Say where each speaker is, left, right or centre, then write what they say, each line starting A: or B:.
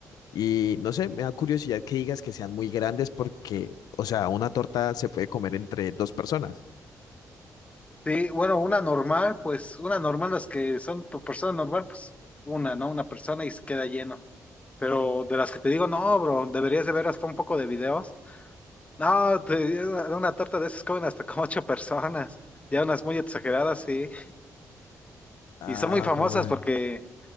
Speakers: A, on the left; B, on the left.
A: y no sé, me da curiosidad que digas que sean muy grandes porque, o sea, una torta se puede comer entre dos personas.
B: Sí, bueno, una normal, pues una normal, las que son por persona normal, pues una, ¿no? Una persona y se queda lleno. Pero de las que te digo, no, bro, deberías de ver hasta un poco de videos. No, te, digo, una torta de esas comen hasta como ocho personas. Ya unas muy exageradas, sí.
A: Ah,
B: Y son muy famosas
A: jue madre.
B: porque